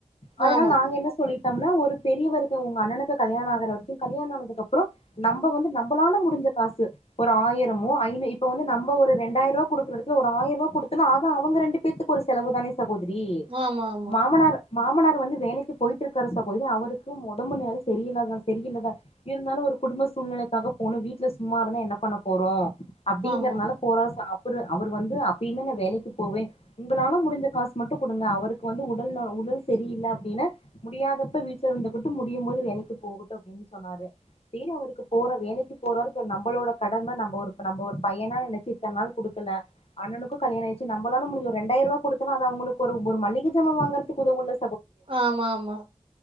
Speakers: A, on the left; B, on the right.
A: அதுனால
B: ஆமா
A: நாங்க என்ன சொல்லி ட்டம்னா ஒரு பெரியவருக்கு உங்க அண்ணனுக்கு கல்யாண ஆகுற வரைக்கு கல்யாண ஆனதுக்கப்றொ நம்ப வந்து நம்பளால முடிஞ்ச காசு ஒரு ஆயிரமோ ஐநூ இப்ப வந்து நம்ப ஒரு ரெண்டாயிருவா குடுக்றதுக்கு ஒ ரு ஆயருவா குடுத்தனா அது அவுங்க ரெண்டு பேத்துக்கு ஒரு செலவு தானே சகோதரி
B: ஆமா ஆமா
A: மாமனார் மாமனார் வந்து வேலைக்கு போயிட்ருக்காரு சகோதரி அவருக்கு உடம்பு நெல சரியில்லதா சரியில்லதா இருந்தாலு ஒரு குடும்ப சூழ்நிலைக்காக போனு வீட்ல சும்மா இருந்து என்ன பண்ண போறோ அப்டிங்கறனால
B: ஆமா
A: போற ச அப் புற அவர் வந் அப்பிடில்ங்க நான் வேலைக்கு போவேன் உங்களால முடிஞ்ச காசு மட்டும் குடுங்க அவருக்கு வந்து உடல் உடல் சரியில்ல அப்டின்னா முடியாதப்ப வீட்டுல இருந்துக்கிட்டு முடியும் போது வேலைக்கு போகட்டும் அப்டின்னு சொன்னாரு செரி அவருக்கு போற வேலைக்கு போறாரு நம்மளோட கடமை நம்ம ஒரு நம்ம ஒரு பையனா நினைச்சு இத்தனை நாள் குடுக்கல அண்ணனுக்கும் கல்யண ஆயிச்சு நம்மளால முடிஞ்ச ஒரு ரெண்டாயிரம் ரூப குடுத்தாலும் அது அவங்களுக்கு ஒரு மலிகை சாமான் வாங்குறதுக்கு உதவும் ல
B: ஆமா ஆமா